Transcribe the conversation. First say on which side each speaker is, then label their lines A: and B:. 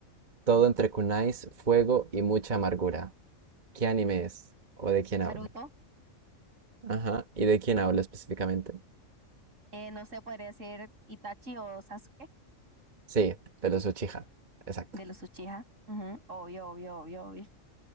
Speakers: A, on the right; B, on the right.
A: todo entre kunais, fuego y mucha amargura. ¿Qué anime es? ¿O de quién habla?
B: Naruto.
A: Ajá, ¿y de quién habla específicamente?
B: Eh, no sé, podría decir Itachi o Sasuke
A: Sí, de los Uchiha. Exacto.
B: de los Uchiha. Ujú, Obvio, obvio, obvio, obvio.